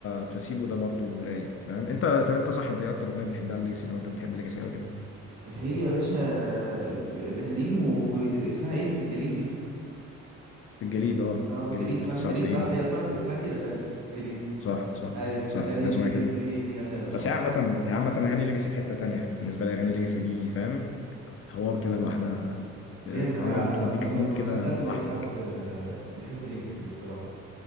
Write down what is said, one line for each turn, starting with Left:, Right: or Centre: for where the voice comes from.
Left: بلاسيبو ده برضو رايق فاهم انت طب انت صح انت ايه اكتر اغنيه بتحبها ليجاسي لو انت بتحب ليجاسي قوي كده
Right: هي يا باشا ب- بتدين واسمها ايه اللي في الجليد دي
Left: في الجليد اه
Right: اه
Left: في
Right: في
Left: الجليد
Right: الجليد اسمها
Left: 99
Right: في الجليد صح هي اصلا اسمها كده فعلا في الجليد
Left: صح صح
Right: ايوه
Left: صح
Right: لا دي
Left: ده اسمها
Right: دي
Left: كده
Right: دي دي جامده قوي بصراحه
Left: بس هي عامة هي عامة أغاني ليجاسي في حتة تانية بالنسبة لي أغاني ليجاسي دي فاهم حوار كده لوحدها
Right: جامد
Left: بتحاول
Right: انا
Left: بتوديك
Right: انا ما
Left: في مود
Right: ما-
Left: كده
Right: ما صدقت
Left: لوحدك
Right: إن لقيت حد آه، بيحب ليجاسي ده بصراحه